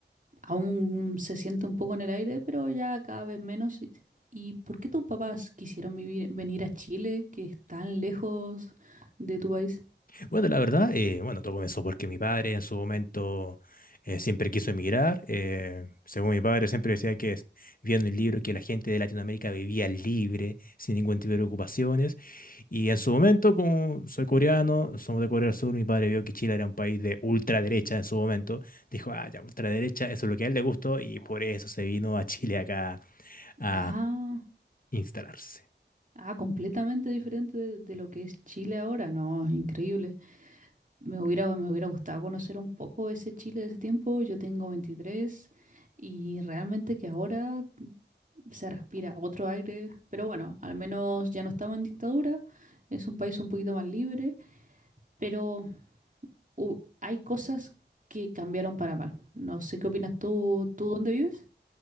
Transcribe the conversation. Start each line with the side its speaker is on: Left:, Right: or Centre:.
Right: aún se siente un poco en el aire, pero ya cada vez menos. ¿Y y por qué tus papás quisieron vivir, venir a Chile, que es tan lejos de tu país?
Left: Bueno, la verdad, eh, bueno, todo comenzó porque mi padre en su momento eh, siempre quiso emigrar. eh, según mi padre siempre decía que es- vio en el libro que la gente de Latinoamérica vivía libre, sin ningún tipo de ocupaciones. Y en su momento, como soy coreano, somos de Corea del Sur, mi padre vio que Chile era un país de ultraderecha en su momento. Dijo, ah, ya, ultraderecha, eso es lo que a él le gustó y por eso se vino a Chile acá a
Right: Ah,
Left: instalarse.
Right: ah, completamente diferente de, de lo que es Chile ahora, no, increíble. Me hubiera, me hubiera gustado conocer un poco ese Chile de ese tiempo. Yo tengo 23 y realmente que ahora se respira otro aire. Pero bueno, al menos ya no estamos en dictadura. Es un país un poquito más libre. Pero hu- hay cosas que cambiaron para mal. No sé qué opinas tú, ¿tú dónde vives?